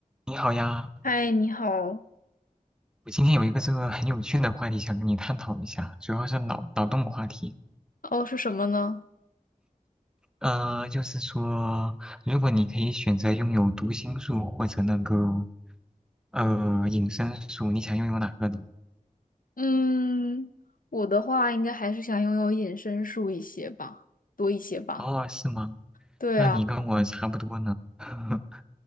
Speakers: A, in the centre; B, on the left.
A: 你好呀，
B: 嗨，你好。
A: 我今天有一个这个很有趣的话题想跟你探讨一下，主要是脑脑洞话题。
B: 哦，是什么呢？
A: 呃，就是说，如果你可以选择拥有读心术或者那个呃隐身术，你想拥有哪个呢？
B: 嗯，我的话应该还是想拥有隐身术一些吧，多一些吧。
A: 哦，是吗？
B: 对啊，
A: 那你跟我差不多呢。<laughs>